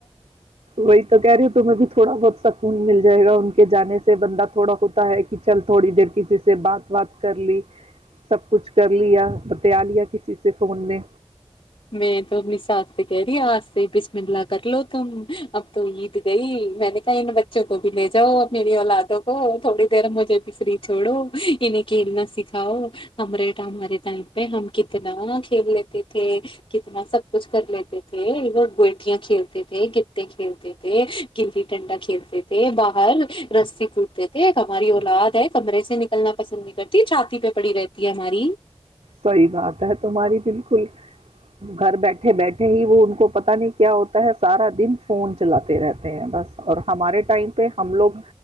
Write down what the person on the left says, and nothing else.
میں تو اپنی سس سے کہہ رہی ہ آس س بیس من للا کر لو تو اب تو عید گئی مینکن بت بچوں کو بھی لے جاؤ میری اولادوں کو تھوڑی دیر مجھے بھی فری چھوڑو انہیں کھیلنا سکھاؤ ہمارے ٹائ ہمارے ٹائم پہ ہم کتنا کھیل لیتے تھے کتنا سب کچھ کر لیتے تھے لوگ گویٹیاں کھیلتے تھے گے کھیلتے تھے گلی ٹنڈا کھیلتے تھے تھے باہر رسی کودتے تھے ہماری اولاد ہے کمرے سے نکلنا پسند نہیں کرتی چھاتی پہ پڑی رہتی ہے ہماری